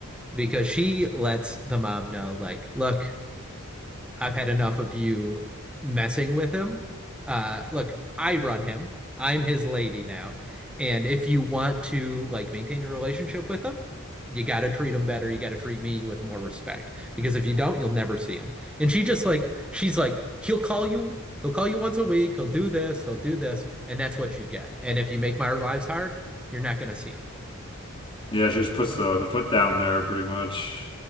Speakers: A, in the centre; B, on the left.
A: because she lets the mom know, like, look. I've had enough of you messing with him. Uh, look, I run him. I'm his lady now. And if you want to like maintain a relationship with him, you got to treat him better. You got to treat me with more respect because if you don't, you'll never see him. And she just like she's like he'll call you. He'll call you once a week. He'll do this. He'll do this, and that's what you get. And if you make my lives hard, you're not going to see him.
B: Yeah, she just puts the the foot down there pretty much.